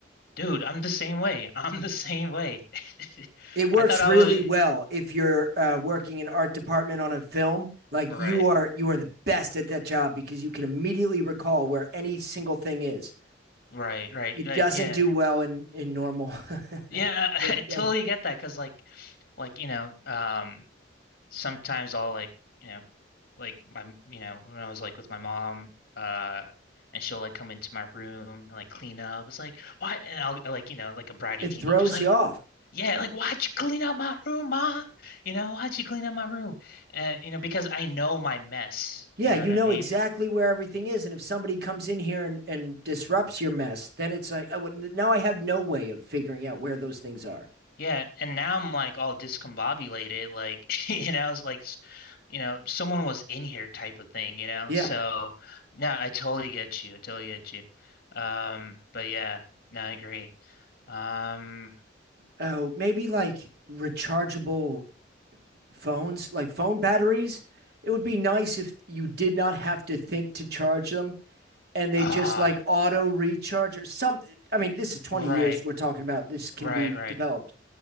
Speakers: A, on the left; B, on the right.
A: Dude, I'm the same way. <laughs> I'm the same way. <laughs>
B: It works
A: I thought
B: really
A: I was
B: well if you're uh, working in art department on a film. Like
A: right,
B: you are, you are the best at that job because you can immediately recall where any single thing is.
A: right, right,
B: It
A: right.
B: doesn't
A: Yeah,
B: do well in in normal. <laughs>
A: yeah. <laughs> I totally get that because, like, like you know, um. sometimes I'll like, you know, like my, you know, when I was like with my mom, uh, and she'll like come into my room and like clean up. It's like, why? And I'll like, you know, like a bratty
B: it
A: teenager's
B: throws
A: like,
B: you off.
A: yeah, like, why'd you clean up my room, ma? You know, why'd you clean up my room? And, you know, because I know my mess,
B: Yeah,
A: you know
B: you
A: what I
B: know
A: mean?
B: exactly where everything is, and if somebody comes in here and, and disrupts your mess, then it's like I would, now I have no way of figuring out where those things are.
A: Yeah, and now I'm like all discombobulated, like <laughs> you know, it's like s- you know, someone was in here type of thing, you know.
B: Yeah.
A: So no, I totally get you. I totally get you. Um, but yeah, no, I agree. Um,
B: Oh, maybe like rechargeable phones, like phone batteries. It would be nice if you did not have to think to charge them, and they
A: ah,
B: just like auto recharge or some. I mean, this is twenty
A: right,
B: years we're talking about. This can
A: right,
B: be
A: right,
B: developed,